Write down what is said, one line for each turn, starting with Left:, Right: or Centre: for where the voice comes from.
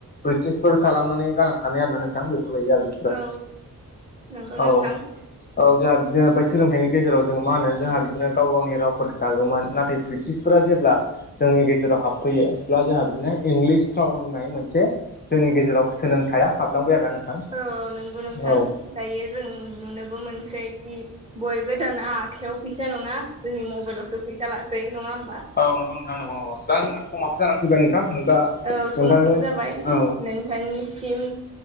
Left: ब्रिटिसफोर खालामनानै गालांखानाय आर ना नोंथां बेफोरबायदि आरो
Right: औ नंगौ
Left: औ
Right: नोंथां
Left: औ जोंहा बिदिनो ओमफ्राय सोलोंथाइनि गेजेराव जों मा होन जोंहा बिनो गाव गावनिवफोरोागौमोन नाथाय ब ब्रिटिसफोरा जेब्ला जोंनि गेजेराव हाबफैयोब्ला जोंहा बिदिनो इंलिस राव होननाय मोनसे जोंनि गेजेराव सोलोंथाइा हाबलांबाय आरोना नोंथां
Right: औ नंगौ नोंथां
Left: औ।
Right: दायो जों नुनोबो मोनसै कि बयबो दाना आखयाव फैसा नङा जोंनि मबाइलावसो फैसा लासै नङा हा
Left: औ नंगौ नोंथां नंगौ नगौ दा जोंना समाब जानानै फैबाय नोंथां नों दा
Right: औ
Left: नोंथांजों
Right: समाबो जाबाय
Left: औ
Right: नों बिथांनिसिम